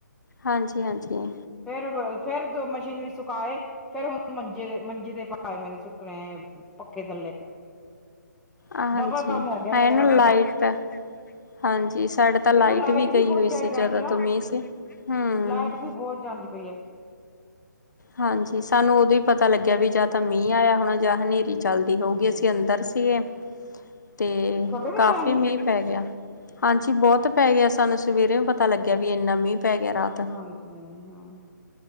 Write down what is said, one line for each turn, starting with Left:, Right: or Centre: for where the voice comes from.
Left: ਹਾਂਜੀ-ਹਾਂਜੀ
Centre: ਫੇਰ, ਫੇਰ ਦ ਮਸ਼ੀਨ ਵਿਚ ਸੁਕਾਏ। ਫੇਰ, ਹੁਣ ਮੰਜੇ ਤੇ, ਮੰਜੇ ਤੇ ਪਾਏ ਹੋਏ ਨੇ, ਸੁੱਕਣੇ ਪੱਖੇ ਥੱਲੇ।
Left: ਹਾਂਜੀ,
Centre: ਡਬਲ ਕੰਮ ਹੋ ਗਿਆ
Left: ਆਈ
Centre: ਮੇਰੇ
Left: ਨੀ
Centre: ਵਾਸਤੇ
Left: ਲਾਈਟ?
Centre: ਤਾਂ
Left: ਹਾਂਜੀ, ਸਾਡੇ ਤਾਂ ਲਾਈਟ
Centre: ਦੇਖੋ
Left: ਵੀ, ਗਈ
Centre: ਬਹੁਤ
Left: ਹੋਈ
Centre: ਜਾਈ
Left: ਸੀ, ਜਦੋਂ
Centre: ਜਾਂਦੀ
Left: ਤੋਂ
Centre: ਆ
Left: ਮੀਂਹ ਸੀ। ਹੂੰ
Centre: ਲਾਈਟ, ਵੀ ਬਹੁਤ ਜਾਂਦੀ ਪਈ ਏ।
Left: ਹਾਂਜੀ, ਸਾਨੂੰ ਉਦੋਂ ਹੀ ਪਤਾ ਲੱਗਿਆ ਵੀ, ਜਾਂ ਤਾਂ ਮੀਂਹ ਆਇਆ, ਹੋਣਾ ਜਾਂ ਹਨੇਰੀ। ਚਲਦੀ ਹੋਊਗੀ,
Centre: ਹਮ
Left: ਅਸੀਂ ਅੰਦਰ ਸੀਗੇ ਤੇ
Centre: ਤੁਹਾਡੇ
Left: ਕਾਫੀ
Centre: ਵੀ ਪਿਆ
Left: ਮੀਂਹ ਪੈ ਗਿਆ। ਹਾਂਜੀ ਬਹੁਤ ਪੈ ਗਿਆ, ਸਾਨੂੰ ਸਵੇਰੇ ਪਤਾ ਲੱਗਿਆ ਵੀ, ਇੰਨਾ ਮੀਂਹ ਪੈ ਗਿਆ। ਰਾਤ।
Centre: ਹਾਂਜੀ, ਹਾਂ।